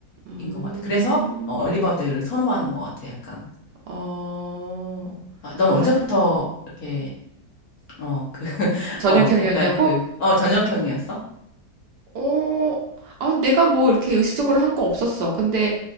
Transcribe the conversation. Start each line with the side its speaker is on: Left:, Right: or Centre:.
Right: 음,
Left: 것 같아. 그래서 어, 리버드를 선호하는 것 같아. 약간
Right: 어,
Left: 아, 넌
Right: 아,
Left: 언제부터 이렇게 어, 그, <laughs>
Right: 저녁형이었냐고?
Left: 어, 약간 그, 어, 저녁형이었어?
Right: 어, 아, 내가 뭐 이렇게 의식적으로 한 거 없었어. 근데